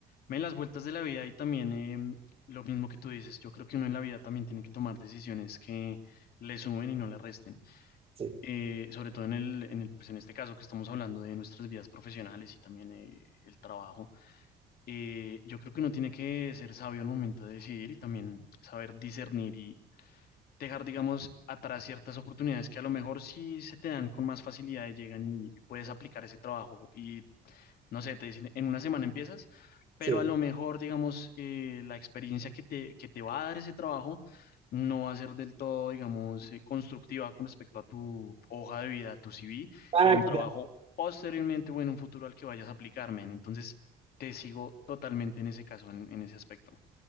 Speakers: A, on the left; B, on the right.
A: En las vueltas de la vida y también em, lo mismo que tú dices, yo creo que uno en la vida también tiene que tomar decisiones que le sumen y no le resten.
B: sí,
A: Eh, sobre todo en el, en el, pues en este caso que estamos hablando de nuestras vidas profesionales y también eh, el trabajo, eh, yo creo que uno tiene que ser sabio al momento de decidir y también saber discernir dejar, digamos, atrás ciertas oportunidades que a lo mejor sí se te dan con más facilidad, llegan y puedes aplicar ese trabajo y, no sé, te dicen, en una semana empiezas, pero
B: sí.
A: a lo mejor, digamos, eh, la experiencia que te, que te va a dar ese trabajo no va a ser del todo, digamos, eh, constructiva con respecto a tu hoja de vida, a tu CV
B: Exacto.
A: y a un trabajo posteriormente o en un futuro al que vayas a aplicar, men. Entonces, te sigo totalmente en ese caso, en, en ese aspecto.